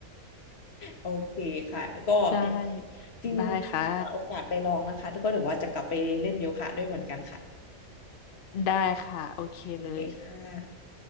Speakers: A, on the left (about 50°); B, on the left (about 65°).
A: โอเคค่ะก็ยัง
B: ใช่
A: จริงๆหาโอกาสไปลองนะคะแล้วก็เดี๋ยวว่าจะกลับไปเล่นโยคะด้วยเหมือนกันค่ะ
B: ได้ค่ะได้ค่ะโอเคเลย
A: โอเคค่ะ